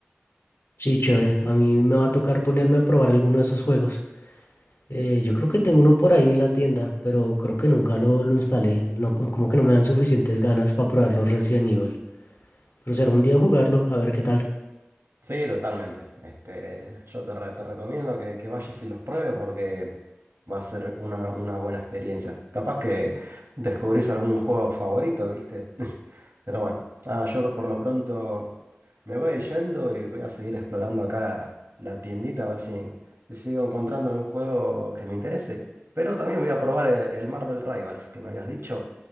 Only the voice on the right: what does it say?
Sí, totalmente. Este, yo te, re- te recomiendo que, que vayas y los pruebes porque va a ser una, una buena experiencia. Capaz que descubrís algún juego favorito, ¿viste? <laughs> Pero bueno, nada, yo por lo pronto me voy yendo y voy a seguir explorando acá la, la tiendita a ver si si sigo encontrando algún juego que me interese. Pero también voy a probar el, el Marvel Rivals que me habías dicho